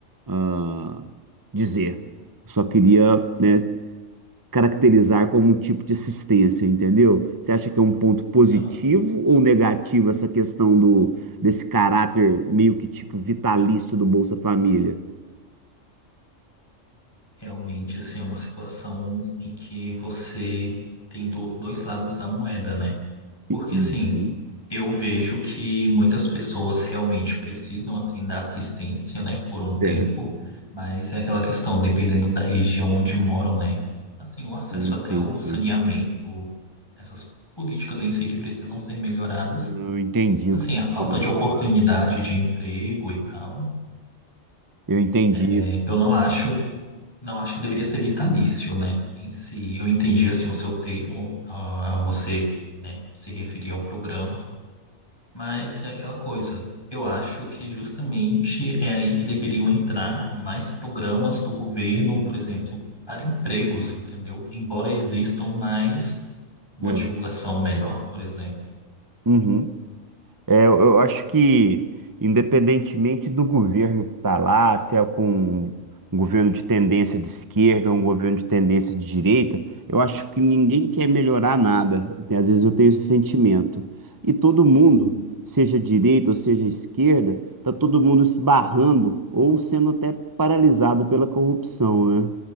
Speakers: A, on the right (about 20°); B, on the left (about 20°).
A: ah, dizer. Só queria, né, caracterizar como um tipo de assistência, entendeu? Você acha que é um ponto positivo
B: Aham.
A: ou negativo essa questão do desse caráter meio que tipo vitalício do Bolsa Família?
B: Realmente, assim, é uma situação em que você tem do- dois lados da moeda, né? Porque
A: Uhum,
B: assim, eu vejo que muitas pessoas realmente precisam assim da assistência, né, por um tempo,
A: certo,
B: mas é aquela questão, dependendo da região onde moram, né? Assim, o acesso
A: entendi.
B: até o saneamento, essas políticas em si que precisam ser melhoradas.
A: Não, Eu entendi
B: Assim,
A: o que você está
B: a falta
A: querendo
B: de oportunidade
A: falar.
B: de emprego e tal.
A: Eu entendi.
B: É, Eu não acho, não acho que deveria ser vitalício, né? Em si, eu entendi assim o seu termo, ah, você, né, se referir ao programa Mas é aquela coisa. Eu acho que justamente é aí que deveriam entrar mais programas do governo, por exemplo, para empregos, entendeu? Embora existam mais uma
A: É.
B: divulgação melhor, por exemplo.
A: Uhum. É, eu eu acho que, independentemente do governo que está lá, se é com um governo de tendência de esquerda ou um governo de tendência de direita, eu acho que ninguém quer melhorar nada. Tem- Às vezes eu tenho esse sentimento. E todo mundo,
B: Sim,
A: seja direita ou seja esquerda, está todo mundo se barrando ou sendo até paralisado pela corrupção, né?